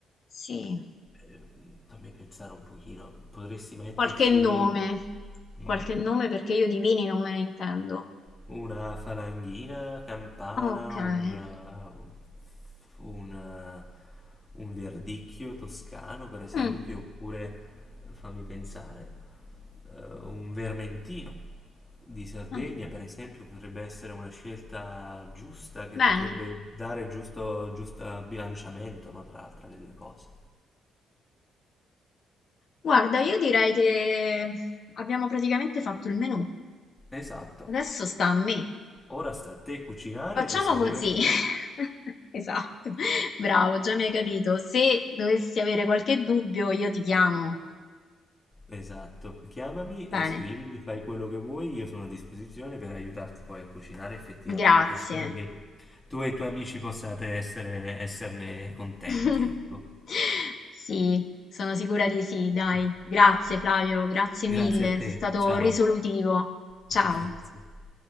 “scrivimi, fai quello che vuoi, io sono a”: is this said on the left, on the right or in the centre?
Left